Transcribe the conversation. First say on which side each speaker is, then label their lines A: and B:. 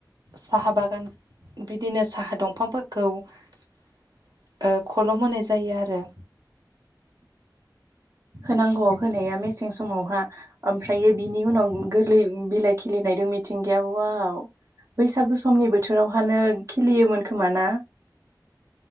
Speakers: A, on the right (about 60°); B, on the right (about 45°).
A: साहा बागान बिदिनो साहा दंफांफोरखौ ओ खलम होनाय जायो आरो
B: होनांगौ होनाया मेसें समावहा ओमफ्रायो बिनि उनाव गोरलै बिलाइ खिलिनाय मिथिंगाया वाव बैसागु समनि बोथोरावहानो खिलियोमोन खोमा ना